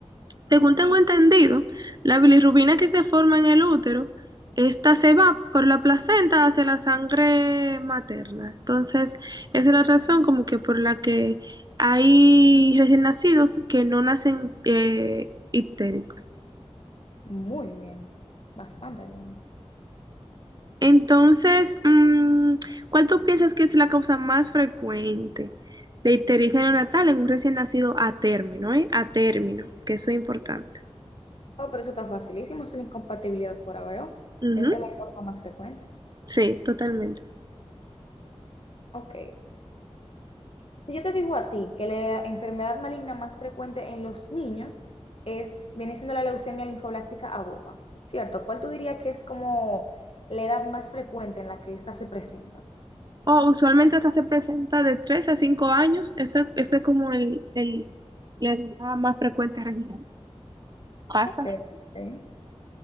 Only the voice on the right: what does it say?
Según tengo entendido, la bilirrubina que se forma en el útero, esta se va por la placenta hacia la sangre materna. Entonces, esa es la razón como que por la que hay recién nacidos que no nacen eh, ictéricos.
Entonces, mm, ¿cuál tú piensas que es la causa más frecuente de ictericia neonatal en un recién nacido a término, eh? A término, que eso es importante.
Ujú,
Sí, totalmente.
O usualmente hasta se presenta de 3 a 5 años. Ese, ese es como el, el, la edad más frecuente realmente. Pasa.